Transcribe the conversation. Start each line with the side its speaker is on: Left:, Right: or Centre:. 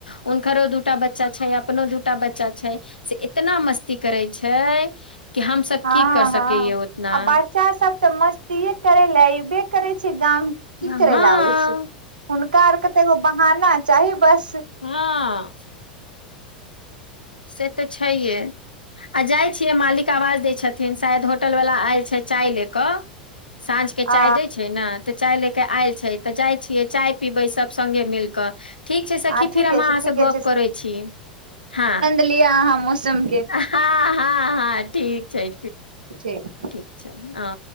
Left: हुनकरो दूटा बच्चा छै अपनो दूटा बच्चा छै से इतना मस्ती करै छै। कि हमसब
Right: हँ
Left: की कर
Right: हँ
Left: सकैय उतना
Right: आ बच्चा सब तऽ मस्तीेये करय लए एबे करै छै गाम। की
Left: हँ
Right: करे
Left: हँ
Right: लए आबै छै हुनका आर के तऽ एगो बहाना चाही बस।
Left: हँ। से तऽ छै ये आ जाइ छियै मालिक आवाज दै छथिन शायद होटल वला आयल छै चाय लऽ कऽ साँझके
Right: आ
Left: चाय दै छै न तऽ चाय लेके आयल छै तऽ जाइ छियै चाय पीबै सभ संगे मिल कऽ। ठीक छै सखी
Right: हँ ठीके
Left: फेर हम
Right: छै
Left: अहाँ
Right: ठीके
Left: से गप करै छी हँ
Right: लिय अहाँ मौसम के
Left: हँ हँ हँ ठीक छै
Right: ठीक
Left: ठीक छै हँ